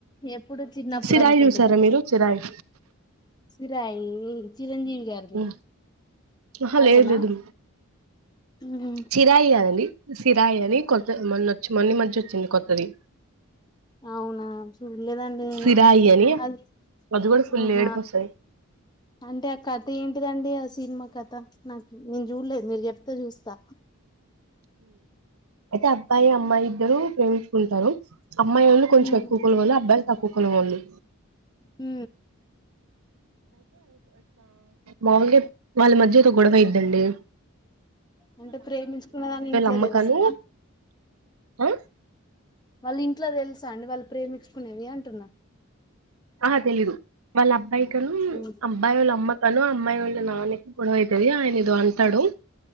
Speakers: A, on the left; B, on the right.
A: ఎప్పుడు చిన్నప్పుడు
B: సిరాయి
A: అనుకుంటగా
B: చూసారా మీరు? చిరాయి.
A: సిరాయి చిరంజీవి గారిది
B: హ్మ్ ఆహా
A: అదేనా
B: లేదు లేదు
A: ఉమ్
B: చిరాయి కాదండి సిరాయి అని కొత్త మొన్న వచ్చి మొన్ని మధ్య వచ్చింది కొత్తది.
A: అవునా చూడలేదండి నేను
B: సిరాయి అని
A: అది
B: అది కూడా ఫుల్
A: ఆహా
B: ఏడుపు వస్తది
A: అంటే ఆ కథ ఏంటిదండి ఆ సినిమా కథ నాకు నేను చూడలేదు మీరు చెప్తే చూస్తా
B: అయితే అబ్బాయి అమ్మాయి ఇద్దరు ప్రేమించుకుంటరు. అమ్మాయోళ్ళు కొంచెం
A: ఉమ్
B: ఎక్కువ కులమోళ్ళు అబ్బాయి తక్ కూఖల మందిలి
A: హ
B: మాముూలుగా వాళ్ళ మధ్య ఎదో గొడవ ఐదండి
A: అంటే ప్రేమించుకున్నదాని ఇంట్లో
B: అమ్మకను
A: తెలుస్తుందా
B: ఆ
A: వాళ్ళు ఇంట్లో తెలుసా అండి వాళ్ళు ప్రేమించుకునేవి అంటున్నా
B: ఆహా తెలీదు వాళ్ళ అబ్బాయి కను
A: ఉమ్
B: అబ్బాయి వాళ్ళ అమ్మ తను అమ్మాయి వాళ్ళ నాన్న్యకి గొడవ అవుతది ఆయన ఇదో అంటాడు